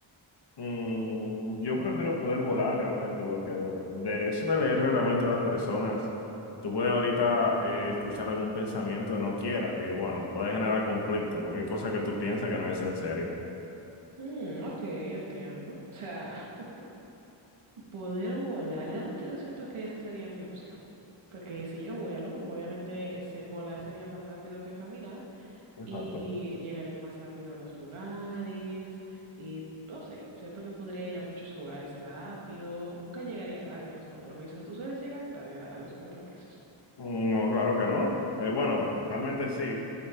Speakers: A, on the left; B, on the right.
A: Mm, yo prefiero poder volar realmente, porque de eso de leerle la mente a las personas, tú puedes ahorita eh, escuchar algún pensamiento que no quieras y bueno, puede generar conflicto, porque hay cosas que tú piensas que no es en serio.
B: Mm, ok, entiendo. O sea... <laughs> Poder volar, realmente yo siento que esa sería mi opción. Porque si yo vuelo, obviamente ese volar sería más rápido que caminar y
A: Exacto.
B: llegaría más rápido a los lugares y no sé, siento que podría ir a muchos lugares rápido, nunca llegaría tarde a los compromisos. Tú sueles llegar tarde a, a los compromisos.
A: Mm, No, claro que no. Eh, bueno, realmente sí,